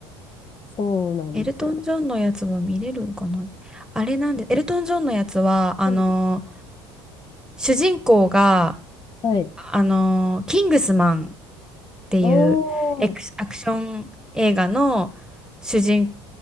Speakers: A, on the left (about 35°); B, in the centre.
A: そうなんですよね。
B: エルトン・ジョンのやつは見れるのかなあれなんで、エルトン・ジョンのやつは、あの、
A: う
B: 主人公が
A: んはい。
B: あの、キングスマンっていうエクスアクション映画の主人
A: おー。